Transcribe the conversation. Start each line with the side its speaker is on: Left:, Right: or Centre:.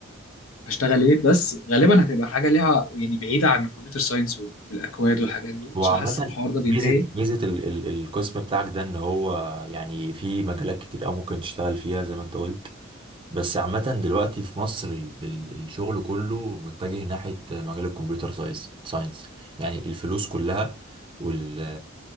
Left: هشتغل ايه بس غالبا هتبقى حاجه ليها يعني بعيده عن الكمبيوتر ساينس والاكواد والحاجات دي
Right: هو
Left: عشان
Right: عامة
Left: حاسس ان الحوار ده بينتهي
Right: ميزة ميزة ال ال القسم بتاعك ده ان هو يعني في مجالات كتير أوي ممكن تشتغل فيها زي ما انت قلت بس عامة دلوقتي في مصر ال ال الشغل كله متجه ناحية مجال الكمبيوتر ساينس ساينس يعني الفلوس كلها وال